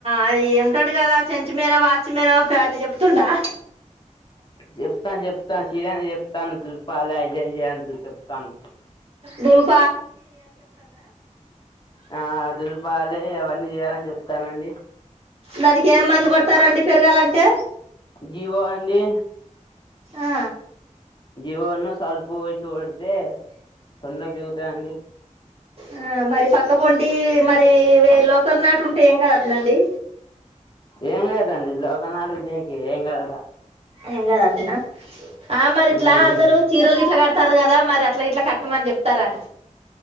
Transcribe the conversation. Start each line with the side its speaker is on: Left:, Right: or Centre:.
Right: అది ఏమింటాడు కదా చెంచిమేనో వాచిమేనో ఫ్యాన్ చెప్తుడా
Left: జేప్తాను జేప్తాను చీరను జేప్తాను దుపాల అయ్యాయే అన్ చేప్తాను
Right: దూల్ప్
Left: ఆ దూల్పాలే అవన్నీ జేయాలన్ జేప్ తనండి
Right: దానికి ఎమ్ మందు కొడతారండి పెరగాలంటే
Left: జివో అండి
Right: ఆ
Left: జీవ ఓనా సార్పుూ వొచ్చి వోడి తోడ పోగుతాయండి.
Right: ఆ మరి పక్క పొండి మరి వే లోకల్ నాటి ఉంటే ఏం కాద్ గట్లాండి.
Left: ఏం కాదండి లోకనాటకు దీనికి ఏం కాదట
Right: ఎంగత్ అట్ఠనా ఆ మరి ఇట్లా
Left: మ్మ్.
Right: అందరు చీరలు గిట్లా కడతారు కదా మరి అట్లా ఇట్లా కట్టమని జేప్తారా అన్